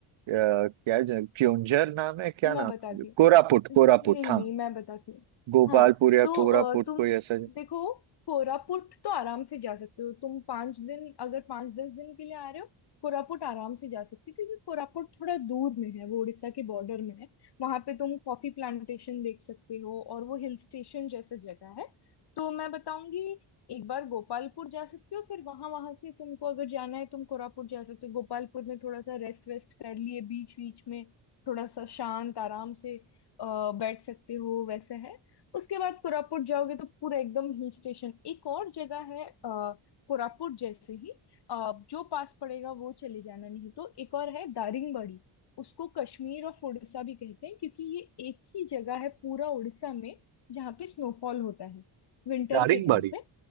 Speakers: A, on the right; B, on the left.
A: क्या है? क्योंझर नाम है क्या
B: मैं
A: नाम
B: बताती
A: है
B: हूँ
A: कोरापुट कोरापुट
B: नहीं
A: हाँ
B: नहीं मैं बताती हूँ
A: गोपालपुर
B: हाँ
A: या
B: तो
A: कोरापुट
B: अ, तुम
A: कोई ऐसा
B: देखो कोरापुट तो आराम से जा सकते हो तुम पाँच दिन अगर पाँच दस दिन के लिए आ रहे हो कोरापुट आराम से जा सकते हो क्योंकि कोरापुट थोड़ा दूर में है वो उड़ीसा के बॉर्डर में है वहां पे तुम कॉफी प्लांटेशन देख सकते हो और वो हिल स्टेशन जैसा जगह है तो मैं बताऊंगी एक बार गोपालपुर जा सकते हो फिर वहां वहां से तुमको अगर जाना है तुम कोरापुट जा सकते हो गोपालपुर में थोड़ा सा रेस्ट वेस्ट कर लिए बीच बीच में थोड़ा सा शांत आराम से अ, बैठ सकते हो वैसे है उसके बाद कोरापुट जाओगे तो पूरा एकदम हिल स्टेशन एक और जगह है अ, कोरापुट जैसे ही अ, जो पास पड़ेगा वो चले जाना नहीं तो एक और है दारिंगबाड़ी उसको कश्मीर ऑफ उड़ीसा भी कहते हैं क्योंकि ये एक ही जगह है पूरा उड़ीसा में जहाँ पे स्नोफॉल होता है विंटर
A: दारिंगबाड़ी
B: के टाइम पे